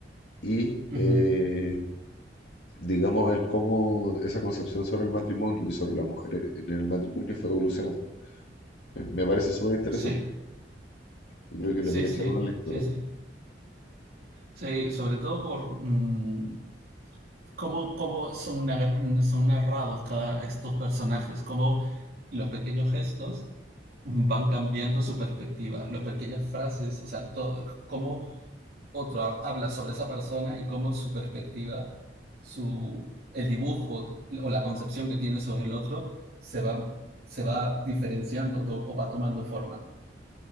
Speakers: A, on the left; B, on the right.
A: y...
B: Uh
A: eh,
B: -huh.
A: digamos, el cómo esa concepción sobre el matrimonio y sobre la mujer e-, en el matrimonio fue evolucionando. Me, me parece súper interesante.
B: Sí,
A: Yo creo que
B: sí,
A: le voy a
B: sí,
A: echar una lectura.
B: sí, sí. Sí, sobre todo por... Mmm cómo, cómo son, nar- son narrados cada estos personajes, cómo los pequeños gestos van cambiando su perspectiva, las pequeñas frases, o sea, todo, cómo otro ha- habla sobre esa persona y cómo su perspectiva, su, el dibujo o la concepción que tiene sobre el otro se va, se va diferenciando to- o va tomando forma.